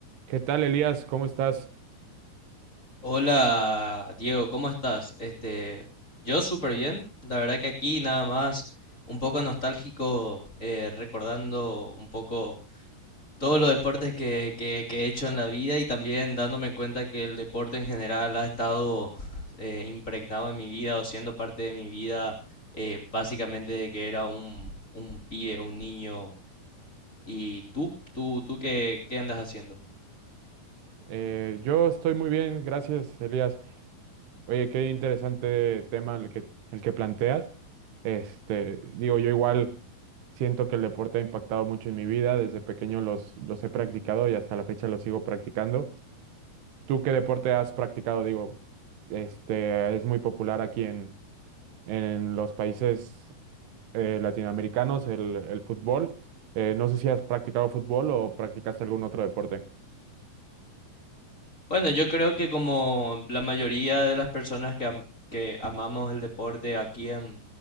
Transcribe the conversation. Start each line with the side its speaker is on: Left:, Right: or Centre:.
Right: ¿Qué tal, Elías? ¿Cómo estás?
Left: Hola Diego, ¿cómo estás? Este, yo súper bien. La verdad que aquí nada más un poco nostálgico, eh, recordando un poco todos los deportes que, que- que he hecho en la vida y también dándome cuenta que el deporte en general ha estado <laughs> eh, impregnado en mi vida o siendo parte de mi vida eh, básicamente de que era un, un pibe, un niño. ¿Y tú? ¿Tú, tú qué, qué andas haciendo?
Right: Eh, yo estoy muy bien, gracias, Elías. Oye, qué interesante tema el que, el que planteas. Este, digo, yo igual siento que el deporte ha impactado mucho en mi vida. Desde pequeño los, los he practicado y hasta la fecha los sigo practicando. ¿Tú qué deporte has practicado? Digo, este, es muy popular aquí en, en los países eh, latinoamericanos el, el fútbol. Eh, no sé si has practicado fútbol o practicaste algún otro deporte.
Left: Bueno, yo creo que como la mayoría de las personas que, am- que amamos el deporte aquí en,